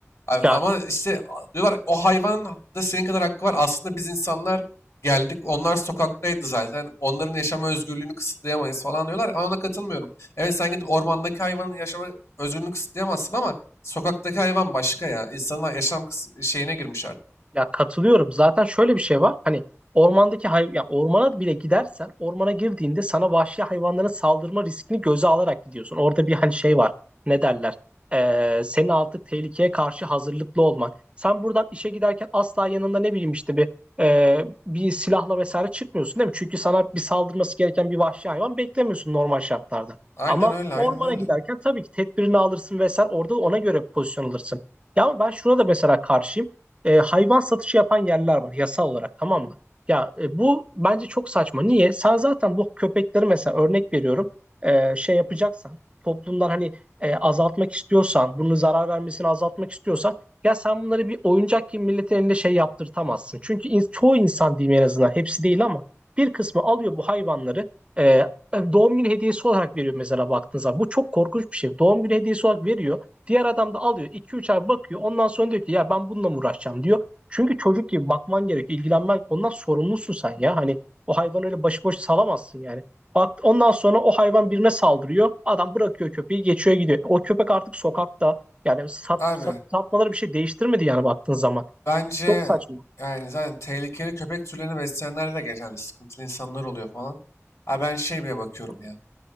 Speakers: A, on the left; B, on the right.
A: Abi
B: Ya
A: ama işte a- diyorlar o hayvanın da senin kadar hakkı var. Aslında biz insanlar geldik. Onlar sokaktaydı zaten. Onların yaşama özgürlüğünü kısıtlayamayız falan diyorlar. Ama ona katılmıyorum. Evet sen gidip ormandaki hayvanın yaşama özgürlüğünü kısıtlayamazsın ama sokaktaki hayvan başka ya. İnsanın yaşam kıs- şeyine girmiş artık.
B: Ya katılıyorum. Zaten şöyle bir şey var. Hani ormandaki hay ya ormana bile gidersen ormana girdiğinde sana vahşi hayvanların saldırma riskini göze alarak gidiyorsun. Orada bir hani şey var. Ne derler? Ee, senin artık tehlikeye karşı hazırlıklı olman. Sen buradan işe giderken asla yanında ne bileyim işte bir e, bir silahla vesaire çıkmıyorsun değil mi? Çünkü sana bir saldırması gereken bir vahşi hayvan beklemiyorsun normal şartlarda.
A: Aynen
B: Ama
A: öyle,
B: ormana
A: aynen öyle.
B: giderken tabii ki tedbirini alırsın vesaire. Orada ona göre pozisyon alırsın. Ya ama ben şuna da mesela karşıyım e, hayvan satışı yapan yerler var yasal olarak tamam mı? Ya e, bu bence çok saçma. Niye? Sen zaten bu köpekleri mesela örnek veriyorum e, şey yapacaksan toplumdan hani e, azaltmak istiyorsan bunu zarar vermesini azaltmak istiyorsan ya sen bunları bir oyuncak gibi milletin elinde şey yaptırtamazsın. Çünkü in- çoğu insan diyeyim en azından hepsi değil ama bir kısmı alıyor bu hayvanları e, e, doğum günü hediyesi olarak veriyor mesela baktığınız zaman. Bu çok korkunç bir şey. Doğum günü hediyesi olarak veriyor. Diğer adam da alıyor iki üç ay bakıyor. Ondan sonra diyor ki ya ben bununla mı uğraşacağım diyor. Çünkü çocuk gibi bakman gerekiyor, ilgilenmen ondan sorumlusun sen ya. Hani o hayvanı öyle başıboş salamazsın yani. Bak ondan sonra o hayvan birine saldırıyor. Adam bırakıyor köpeği, geçiyor gidiyor. O köpek artık sokakta. Yani sat,
A: Abi
B: sat, satmaları bir şey değiştirmedi yani baktığın zaman.
A: Bence
B: Çok saçma.
A: yani zaten tehlikeli köpek türlerini besleyenlerde de genelde sıkıntılı insanlar oluyor falan. Ha ben şey bile bakıyorum ya.